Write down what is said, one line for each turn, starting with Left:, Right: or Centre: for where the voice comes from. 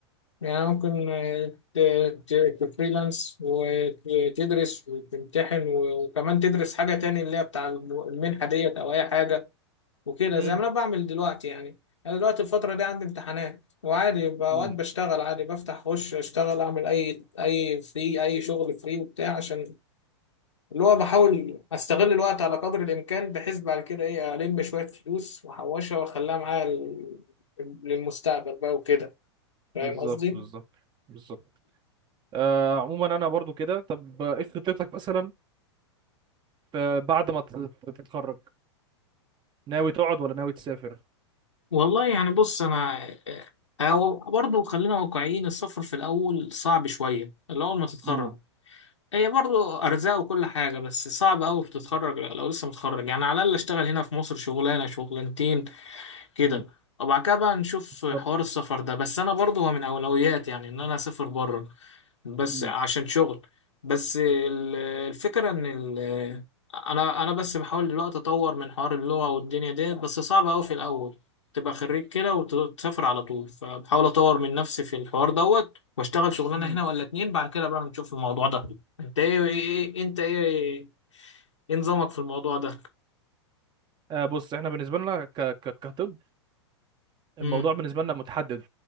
Left: يعني ممكن آه، ت- ت- تفريلانس وتدرس وتمتحن و- وكمان تدرس حاجة تاني اللي هي بتاع الم- المنحة ديت أو أي حاجة وكده
Right: امم
Left: زي ما أنا بعمل دلوقتي يعني أنا دلوقتي الفترة دي عندي امتحانات وعادي ب- أوقات
Right: امم
Left: بشتغل عادي بفتح أخش أشتغل أعمل أي أي فري أي شغل فري وبتاع عشان اللي هو بحاول أستغل الوقت على قدر الإمكان بحيث بعد كده إيه ألم شوية فلوس وأحوشها وأخليها معايا ل- للمستقبل بقى وكده فاهم
Right: بالظبط
Left: قصدي؟
Right: بالظبط بالظبط آه عموما انا برضو كده طب آه، ايه خطتك مثلا في- بعد ما ت- ت- تتخرج ناوي تقعد ولا ناوي تسافر
Left: والله يعني بص انا أو برضه خلينا واقعيين السفر في الاول صعب شويه الاول ما تتخرج
Right: امم
Left: هي برضه ارزاق وكل حاجه بس صعب قوي بتتخرج لو لسه متخرج يعني على الاقل اشتغل هنا في مصر شغلانه شغلانتين كده
Right: امم
Left: وبعد كده بقى نشوف حوار
Right: بالظبط
Left: السفر ده بس انا برضه هو من اولوياتي يعني ان انا اسافر بره بس
Right: امم
Left: عشان شغل بس ال- الفكرة ان ال انا انا بس بحاول دلوقتي اطور من حوار اللغة والدنيا ديت بس صعب قوي في الاول تبقى خريج كده وتسافر على طول فبحاول اطور من نفسي في الحوار دوت واشتغل شغلانة
Right: امم
Left: هنا ولا اتنين بعد كده بقى نشوف الموضوع ده انت ايه, إيه إيه، انت ايه ايه نظامك في الموضوع ده
Right: آه بص احنا بالنسبة لنا ك... ك... كطب الموضوع
Left: امم
Right: بالنسبة لنا متحدد